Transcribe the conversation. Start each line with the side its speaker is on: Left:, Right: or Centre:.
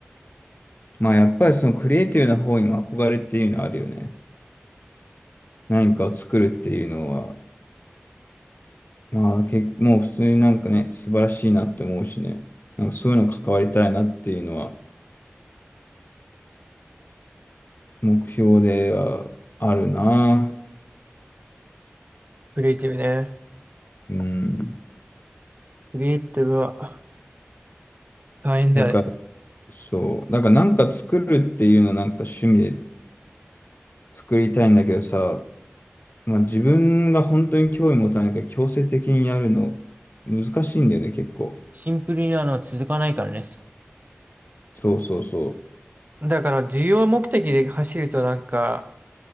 Left: まあ、やっぱりそのクリエイティブな方にも憧れっていうのはあるよね。何かを作るっていうのは、まあ、け、もう普通になんかね、素晴らしいなって思うしね。なんかそういうの関わりたいなっていうのは目標ではあるな。
Right: クリエイティブね。
Left: うん。
Right: クリエイティブは大変だよね。
Left: だから、そう。だからなんか作るっていうのなんか趣味で作りたいんだけどさ、まあ自分が本当に興味持たないから強制的にやるの難しいんだよね、結構。
Right: シンプルにあの、続かないからね。
Left: そうそうそ
Right: だから、需要目的で走るとなんか、